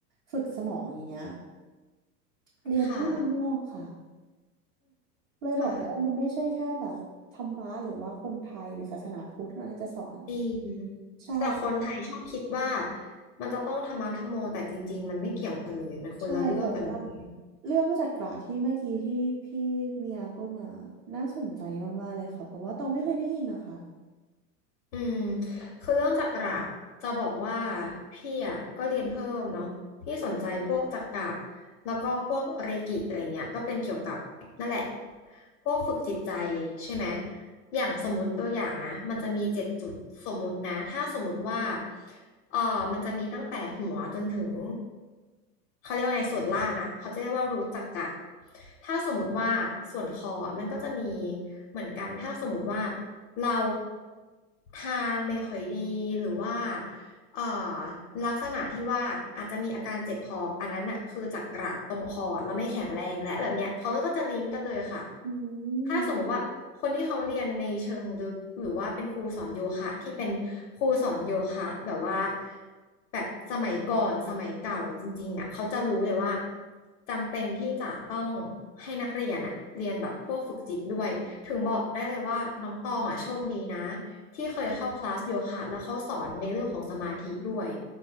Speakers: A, on the right (about 35°); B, on the left (about 65°).
A: ฝึกสมองอย่างเงี้ยเรียนที่เมืองนอกค่ะ
B: ค่ะ
A: เลยบอกว่ามันไม่ใช่แค่แบบธรรมะหรือว่าคนไทยหรือศาสนาพุทธเท่านั้นที่จะสอน
B: ค่ะจริง
A: ใช่
B: แต่คนไทยชอบคิดว่ามันจะต้องทำมาทำโมแต่จริงๆมันไม่เกี่ยวกันเลยมันคนละเรื่องกันเลย
A: ใช่ แต่ว่าเรื่องจักระที่เมื่อกี้ที่พี่เมียพูดมาน่าสนใจมากๆเลยค่ะเพราะว่าตองไม่เคยได้ยินนะคะ
B: อืมคือเรื่องจักระจะบอกว่าพี่อ่ะก็เรียนเพิ่มเนาะพี่สนใจพวกจักระแล้วก็พวกเรกิอะไรเงี้ยก็เป็นเกี่ยวกับนั่นแหละพวกฝึกจิตใจใช่ไหมอย่างสมมติตัวอย่างนะมันจะมีเจ็ดจุดสมมตินะถ้าสมมติว่าเออมันจะมีตั้งแต่หัวจนถึงเขาเรียกว่าไงส่วนล่างอ่ะเขาจะเรียกว่ารูทจักระถ้าสมมติว่าส่วนคอมันก็จะมีเหมือนกันถ้าสมมติว่า เราทานไม่ค่อยดีหรือว่า เอ่อลักษณะที่ว่าอาจจะมีอาการเจ็บคออันนั้นน่ะคือจากกระตรงคอแล้วไม่แข็งแรงและแบบเนี้ยเขาก็จะลิงก์กันเลยค่ะ
A: อื
B: ถ้าสมมุติว่าคนที่เขาเรียนในเชิงลึกหรือว่าเป็นครูสอนโยคะที่เป็นครูสอนโยคะแบบว่า
A: ม
B: แบบสมัยก่อนสมัยเก่าจริงๆอ่ะเขาจะรู้เลยว่าจำเป็นที่จะต้องให้นักเรียนอ่ะเรียนแบบพวกฝึกจิตด้วยถึงบอกได้เลยว่าน้องตองอ่ะโชคดีนะ ที่เคยเข้าคลาสโยคะแล้วเขาสอนในเรื่องของสมาธิด้วย